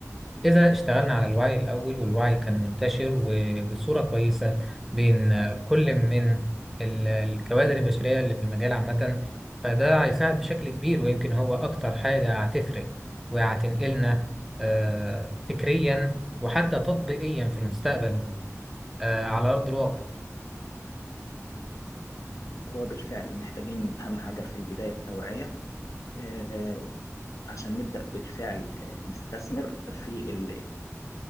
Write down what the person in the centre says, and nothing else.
إذا اشتغلنا على الوعي الأول والوعي كان منتشر وبصورة كويسة بين كل من ال- الكوادر البشرية اللي في المجال عامة فده هيساعد بشكل كبير ويمكن هو أكتر حاجة هتفرق وهتنقلنا آه، فكريا وحتى تطبيقيا في المستقبل آه، على أرض الواقع.